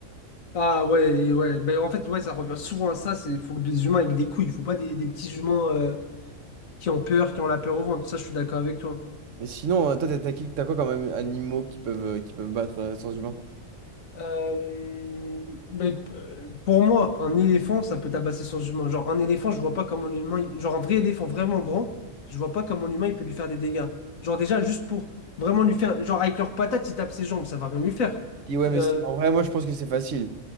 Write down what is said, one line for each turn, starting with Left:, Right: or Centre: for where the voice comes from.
Left: Ah ouais, et ouais. Ben, en fait, ouais, ça revient souvent à ça. C'est faut des humains avec des couilles. Faut pas des, des petits humains euh, qui ont peur, qui ont la peur au ventre. Ça, je suis d'accord avec toi.
Right: Mais sinon, euh, toi, t'as t'as qui- t'as quoi quand même, animaux qui peuvent, euh, qui peuvent battre euh, sans humain?
Left: Euh, ben, euh, pour moi, un éléphant, ça peut tabasser son humain. Genre, un éléphant, je vois pas comment l'humain. Genre, un vrai éléphant vraiment grand, je vois pas comment l'humain, il peut lui faire des dégâts. Genre, déjà, juste pour vraiment lui faire. Genre, avec leurs patates, ils tapent ses jambes, ça va rien lui faire.
Right: Puis ouais,
Left: Euh,
Right: mais c'est- en vrai, moi je pense que c'est facile.